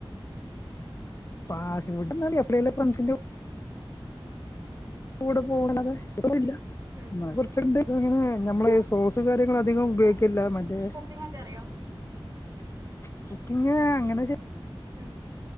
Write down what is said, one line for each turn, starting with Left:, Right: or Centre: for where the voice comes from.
Left: പാസ്റ്റ് ഫുടൊന്ന് <unintelligible> എപ്പളെലും ഫ്രണ്ട്സിന്റൊപ് കൂട് പോകണത് <unintelligible>
Right: ഉം
Left: ഞമ്മള്
Right: ആ
Left: സോസ് കാര്യങ്ങള് അധികം ഉപയോഗിക്കില്ല
Right: ഓ
Left: മറ്റേ
Right: ശരി കുക്കിംഗ് ഒക്കെ അറിയോ
Left: <unintelligible> അങ്ങനെ ചോ
Right: ഉം